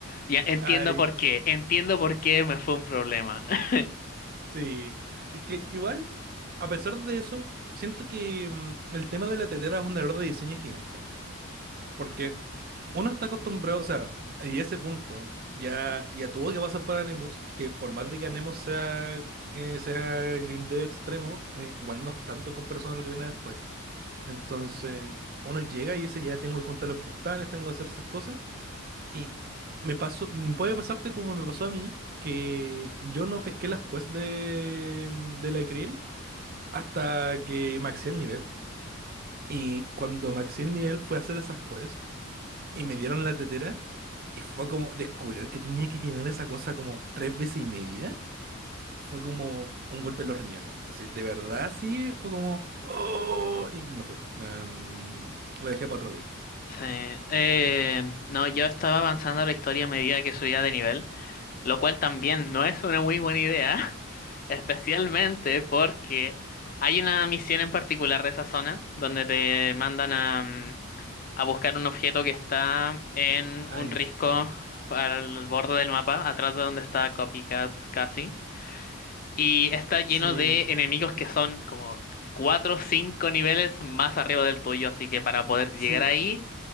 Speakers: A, on the left; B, on the right.
A: ya entiendo
B: Ay,
A: por qué, entiendo por qué me fue un problema. <laughs>
B: sí. Es que igual, a pesar de eso, siento que mm, el tema de la tetera es un error de diseño gigante. Porque uno está acostumbrado, o sea, y ese punto ya, ya tuvo que pasar por Anemos, que por más de que Anemos sea, eh, sea grindeo extremo, eh, igual no es tanto con personas lo que viene después. Entonces, uno llega y dice, ya tengo que juntar los cristales, tengo que hacer esas cosas. Y me pasó, mm, puede pasarte como me pasó a mí, que yo no pesqué las quests de, de la Krill hasta que maxé el nivel. Y cuando maxé el nivel fue a hacer esas quests y me dieron la tetera. Y fue como descubrir que tenía que llenar esa cosa como tres veces y media. Fue como un golpe en los riñones. Así, de verdad, sí, fue como... "Oh", y me fui. Mm, lo dejé para otro día.
A: Sí, eh, no, yo estaba avanzando la historia a medida que subía de nivel, lo cual también no es una muy buena idea, <laughs> especialmente porque hay una misión en particular de esa zona donde te mandan a... mm, a buscar un objeto que está en
B: Ay,
A: un risco
B: sí,
A: al borde del mapa, atrás de donde está Copycat casi. Y está lleno
B: sí,
A: de enemigos que son como 4 o 5 niveles más arriba del tuyo, así que para poder llegar
B: sí,
A: ahí